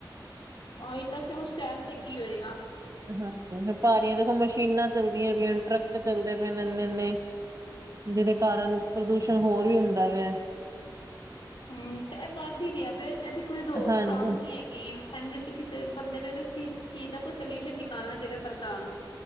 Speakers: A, on the left; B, on the right.
A: ਉਹੀ ਤਾਂ ਫੇਰ, ਉਸ ਟਾਈਮ ਤੇ ਕੀ ਹੋਏਗਾ।
B: ਹਾਂਜੀ ਹੁਣ ਦੁਪਾਰੀਆਂ ਦੇਖੋ ਮਸ਼ੀਨਾਂ ਚਲਦੀਆਂ ਪਈਆਂ ਨੇ, ਟਰੱਕ ਚੱਲਦੇ ਪਏ ਨੇ ਇੰਨੇ- ਇੰਨੇ। ਜਿਹਦੇ ਕਾਰਨ ਪ੍ਰਦੂਸ਼ਣ ਹੋਰ ਵੀ ਹੁੰਦਾ ਹੈਗਾ।
A: ਹੂੰ ਤੇ ਇਹ ਵੱਧ ਹੀ ਰਿਹਾ ਵੇ ਇਹਦੀ ਕੋਈ ਰੋਕਥਾਮ
B: ਹਾਂਜੀ
A: ਨੀ ਹੈਗੀ। ਹਾਜੀ ਜੇ ਅਸੀਂ ਕਿਸੇ ਬੰਦੇ ਨੇ ਇਹ ਚੀਜ਼ ਦਾ ਕੋਈ ਸੋਲਿਊਸ਼ਨ ਨਿਕਾਲਣਾ ਚਾਹੀਦਾ ਸਰਕਾਰ ਨੂੰ।